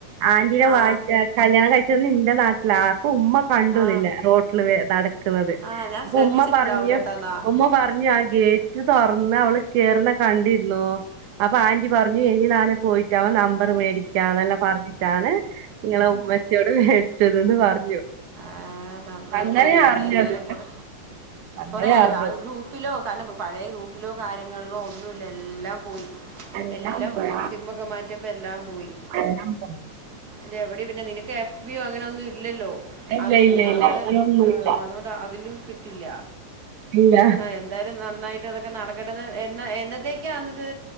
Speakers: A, on the right; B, on the right.
A: ആന്റീടെ
B: ആ
A: വാ ഏ കല്യാണം കഴിച്ചത് ഇൻ്റെ നാട്ടിലാ അപ്പൊ ഉമ്മ കണ്ടുന്നിന്നെ
B: ആ
A: റോട്ടിൽ നടക്കുന്നത്
B: ആ ഞാൻ
A: അപ്പൊ
B: ശ്രദ്ധിച്ചിട്ടുണ്ടാവില്ല
A: ഉമ്മ പറഞ്ഞു
B: കേട്ടോ എന്നാ
A: ഉമ്മ പറഞ്ഞു ആ ഗേറ്റ് തൊറന്നാ അവള് കേറുന്ന കണ്ടിര്ന്നോ അപ്പൊ ആന്റി പറഞ്ഞു എനി ഞാന് പോയിട്ട് അവ നമ്പർ മേടിക്കാന്നെല്ലാം പറഞ്ഞിട്ടാണ് ഇങ്ങളെ ഉമ്മച്ചിയോട് മേടിച്ചത് ന്ന് പറഞ്ഞു
B: ആഹ് ഏന്തായാലും
A: അങ്ങനെ
B: നന്നായി
A: അറിഞ്ഞത്
B: എന്തായാലും കൊറ
A: അങ്ങനെ
B: കൊറേ കാലവ
A: അറിഞ്ഞത്
B: ഗ്രൂ ഗ്രൂപ്പിലോ കാരണം പഴയ ഗ്രൂപ്പിലോ കാര്യങ്ങളിലോ ഒന്നൂല്ല എല്ലാം പോയി
A: എല്ലാം
B: എല്ലം
A: പോയ
B: പോയി സിമൊക്കെ മാറ്റിയപ്പോ എല്ലാം പോയി
A: എല്ലാം പോയി
B: ഇതവടെയ പിന്നെ നിനക്ക് എഫ് ബി ഒ അങ്ങനൊന്നും ഇല്ലല്ലോ
A: ഇല്ല
B: അതൂല്ല
A: ഇല്ല ഇല്ല
B: അവടെ
A: അങ്ങനൊന്നുല്ല
B: ഏ അതോണ്ട് അതിലും കിട്ടില്ല.
A: ഇല്ല
B: ആഹ് എന്തായാലും നന്നായിട്ട് അതൊക്കെ നട ക്കട്ടെ എന്ന എന്നത്തേക്കാന്ന്ത്